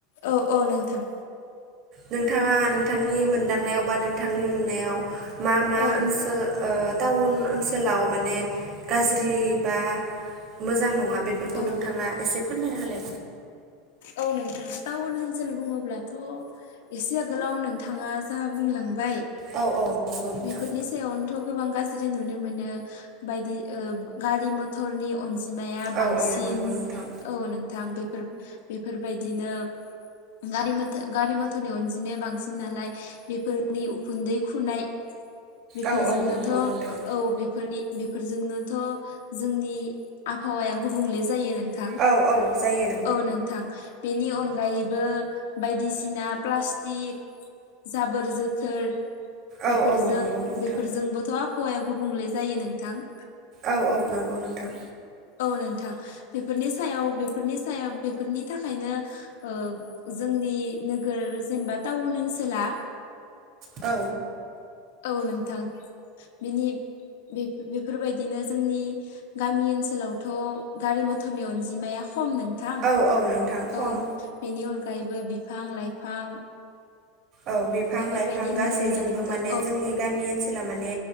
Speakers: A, on the left; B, on the right.
A: औ औ नोंथां
B: नोंथाङा नोंथांनि मोनदांनायाव बा नोंथांनि नुनायाव मा मा
A: औ
B: ओनसोल ओ टाउन ओनसोलाव माने गाज्रि बा मोजां नङा? बेखौ
A: औ
B: नोंथाङा एसे फोरमायना होलाय
A: औ नोंथां टाउन ओनसोल बुङोब्लाथ' एसे आगोलाव नोंथाङा जा बुंलांबाय
B: औ औ नंगौ नोंथां
A: बेफोरनि सायावनोथ' गोबां गा -ज्रि नुनो मोनो बायदि गारि मथरनि अनजि -माया
B: औ
A: बांसिन
B: औ नंगौ नोंथां
A: औ नोंथां बेफोर बेफोरबायदिनो गारि मथर गारि मथरनि अनजिमाया बांसिन नालाय बेफोरनि उखुन्दै खुनाय बेफोरजोंनोथ'
B: औ औ नंगौ नोंथां
A: औ बेफोरनि बेफोरजोंनोथ' जोंनि आबहावाया गुबुंले जायो नोंथां
B: औ औ जायो
A: औ नोंथां बेनि अनगायैबो बायदिसिना प्लास्टिक जाबोर जोथोर
B: औ
A: बेफोरजों
B: औ नंगौ नोंथां
A: बेफोरजोंबोथ' आबहावाया गुबुंले जायो नोंथां
B: औ औ नंगौ नोंथां
A: औ नोंथां बेफोरनि सायाव बेफोरनि सायाव बेफोरनि थाखायनो ओ जों जोंनि नोगोर जेनेबा टाउन ओनसोला
B: औ
A: औ नोंथां बिनि बेफोरबायदिनो जोंनि गामि ओनसोलावथ' गारि मथरनि अनजिमाया खम नोंथां
B: औ औ नोंथां खम
A: औ बेनि अनगायैबो बिफां लाइफां
B: औ बिफां
A: बेफोरबायदि
B: लाइफां
A: नुनो
B: गासैजोंबो
A: मोनो नोंथां
B: माने
A: औ
B: जोंनि गामि ओनसोल -ला माने